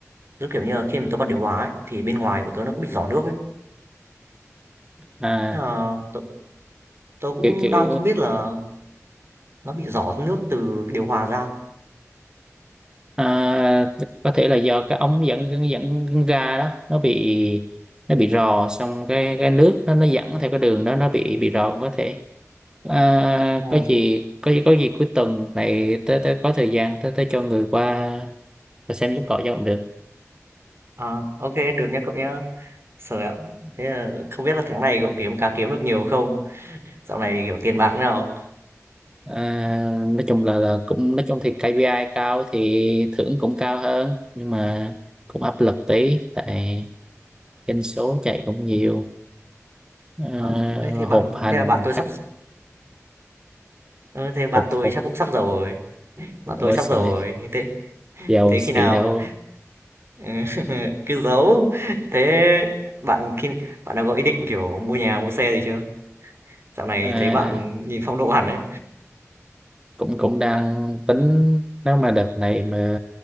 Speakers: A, on the right; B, on the right.
A: giống kiểu như là, khi mà tớ bật điều hòa ấy, thì bên ngoài của tớ nó cứ bị rỏ nước ấy.
B: à
A: Thế là tớ tớ cũng
B: kiểu kiểu
A: đang không biết là nó bị rỏ nước từ cái điều hòa ra.
B: à, có thể là do cái ống dẫn dẫn dẫn ra đó nó bị nó bị rò xong cái cái nước nó nó dẫn theo cái đường đó nó bị bị rò cũng có thể à,
A: Ồ,
B: có gì có gì có gì cuối tuần này tới tới có thời gian tới tới cho người qua và xem giúp cọ cho cũng được
A: à, ô được nhá cậu nhá. Sợ ạ, thế là không biết là tháng này cậu kiếm cá kiếm được nhiều không? Dạo này, kiểu, tiền bạc thế nào?
B: à, nói chung là, là cũng nói chung thì KPI cao thì thưởng cũng cao hơn nhưng mà cũng áp lực tí tại doanh số chạy cũng nhiều à,
A: Ờ, thế bạn
B: họp hành
A: thế là bạn tôi sắp
B: khách
A: d thế bạn
B: hộp
A: tôi
B: phục
A: chắc cũng sắp giàu rồi, bạn
B: ôi
A: tôi sắp
B: trời
A: giàu rồi, thế
B: giàu
A: Thế
B: gì
A: khi nào
B: đâu
A: <laughs> cứ giấu. Thế bạn khi bạn đã có ý định, kiểu, mua nhà, mua xe gì chưa? Dạo này
B: à,
A: thấy bạn nhìn phong độ hẳn đấy
B: cũng cũng đang tính nếu mà đợt này mà